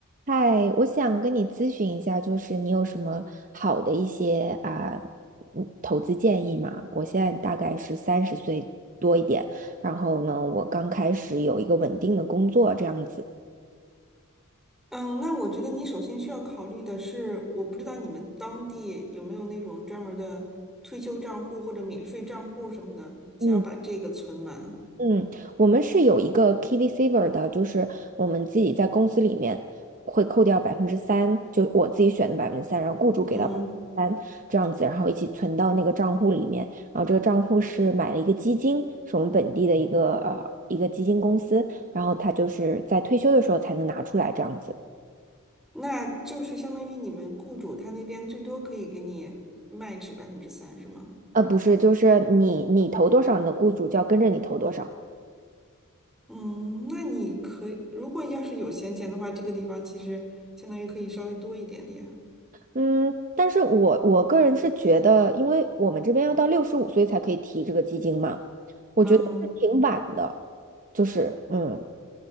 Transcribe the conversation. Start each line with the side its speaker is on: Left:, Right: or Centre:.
Right: 嗨，我想跟你咨询一下，就是你有什么好的一些啊，嗯投资建议吗？我现在大概是三十岁多一点，然后呢，我刚开始有一个稳定的工作这样子。
Centre: 嗯，那我觉得你首先需要考虑的是，我不知道你们当地有没有那种专门儿的退休账户或者免税账户什么的，先要把这个存满。
Right: 嗯。嗯，我们是有一个 KV Saver 的，就是我们自己在公司里面会扣掉百分之三，就我自己选的百分之三，然后雇主给到百分之三这样子，
Centre: 嗯，
Right: 然后一起存到那个账户里面。然后这个账户是买了一个基金，是我们本地的一个呃一个基金公司，然后它就是在退休的时候才能拿出来这样子。
Centre: 那就是相当于你们雇主他那边最多可以给你 match 百分之三，是吗？
Right: 呃，不是，就是你你投多少，你的雇主就要跟着你投多少。
Centre: 嗯，那你可以，如果要是有闲钱的话，这个地方其实相当于可以稍微多一点点。
Right: 嗯，但是我我个人是觉得，因为我们这边要到六十五岁才可以提这个基金嘛，我觉得是挺晚的，
Centre: 嗯。
Right: 就是嗯。